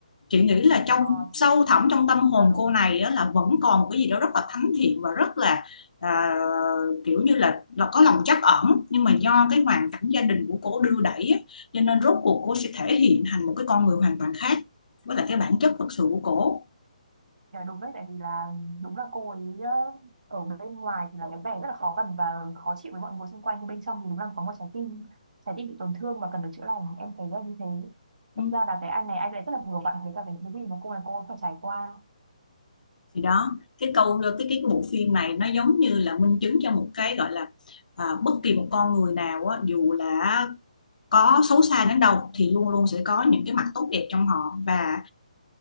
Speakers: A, on the left; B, on the right.
A: chị nghĩ là trong
B: ờ,
A: sâu
B: chị
A: thẳm trong tâm hồn
B: chị nói đúng
A: cô này á, là vẫn còn một cái gì đó rất là thánh thiện và rất là à, kiểu như là là có lòng trắc ẩn nhưng mà do cái hoàn cảnh gia đình của cô đưa đẩy á, cho nên rốt cuộc cô sẽ thể hiện thành một cái con người hoàn toàn khác với lại cái bản chất thực sự của cô
B: chị nói đúng đấy tại vì là đúng là cô ấy ờ, ở bên ngoài thì là cái vẻ rất là khó gần và khó chịu với mọi người xung quanh nhưng bên trong thì đúng là có một trái tim trái tim bị tổn thương và cần được chữa lành em thấy là như thế
A: ừ.
B: đâm ra là cái anh này anh lại rất là vừa vặn với cả cái cái gì mà cô này cô ấy phải trải qua
A: thì đó cái câu cái cái bộ phim này nó giống như là minh chứng cho một cái gọi là à, bất kỳ một con người nào á, dù là có xấu xa đến đâu thì luôn luôn sẽ có những cái mặt tốt đẹp trong họ và